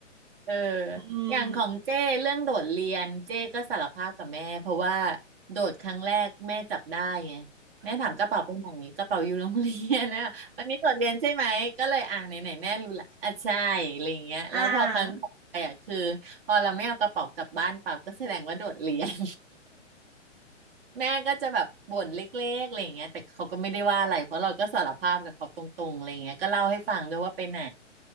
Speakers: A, on the right; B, on the right.
A: เออ
B: <laughs> อืม
A: อย่างของเจ้เรื่องโดดเรียนเจ้ก็สารภาพกับแม่เพราะว่าโดดครั้งแรกแม่จับได้ไงแม่ถามกระเป๋าไปไหนกระเป๋าอยู่โรงเรียน <laughs> นะวันนี้โดดเรียนใช่ไหมก็เลยอ่าไหนไหนแม่รู้ละอ่ะใช่อะไรอย่างเงี้ยแล้วพอครั้งต่อไปอ่ะคือพอเราไม่เอากระเป๋ากลับบ้านเปล่าก็แสดงว่าโดดเรียน
B: อ่า
A: <laughs> แม่ก็จะแบบบ่นเล็กๆอะไรอย่างเงี้ยแต่เขาก็ไม่ได้ว่าอะไรเพราะเราก็สารภาพกับเขาตรงๆอะไรอย่างเงี้ยก็เล่าให้ฟังด้วยว่าไปไหน